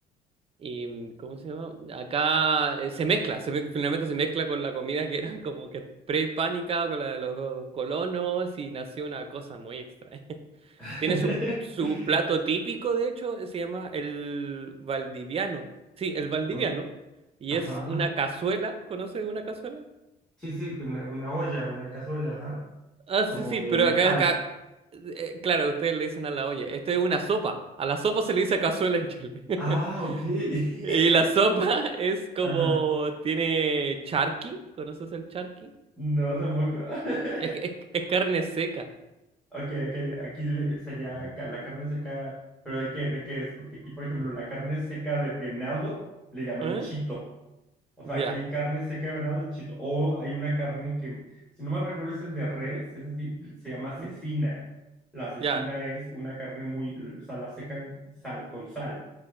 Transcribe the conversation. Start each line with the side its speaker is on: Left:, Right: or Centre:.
Right: Y, ¿cómo se llama? Acá eh, se mezcla, se me- finalmente se mezcla con la comida que era <laughs> como que prehispánica, con la de los colonos, y nació una cosa muy extraña. <laughs>
Centre: <laughs>
Right: Tiene su, su plato típico, de hecho, se llama el valdiviano. Sí, el valdiviano.
Centre: Ok,
Right: Y
Centre: Ajá,
Right: es
Centre: ajá.
Right: una cazuela, ¿conoces una cazuela?
Centre: Sí, sí, con una, una olla, una cazuela, ajá.
Right: Ah, sí,
Centre: Como
Right: sí,
Centre: de
Right: pero
Centre: metal.
Right: acá, acá, eh, claro, ustedes le dicen a la olla, esto es una sopa. A la sopa se le dice cazuela en Chile. <laughs>
Centre: Ah, ok. <laughs>
Right: Y la sopa <laughs> es como
Centre: Ajá.
Right: tiene charqui, ¿conoces el charqui?
Centre: No, tampoco.
Right: Es, es,
Centre: <laughs>
Right: es carne seca.
Centre: Ok, ok. Aquí le- sería ca- la carne seca. ¿Pero de qué? ¿De qué es? Porque aquí, por ejemplo, la carne seca de venado le llaman
Right: ¿Eh?
Centre: chito. O sea,
Right: Ya,
Centre: aquí hay carne seca de venado y chito. O hay una carne que, si no mal recuerdo, es el de res, es así, se llama cecina.
Right: ¿Mm?
Centre: La cecina
Right: ya.
Centre: es una carne muy, o sea, la secan sal, con sal.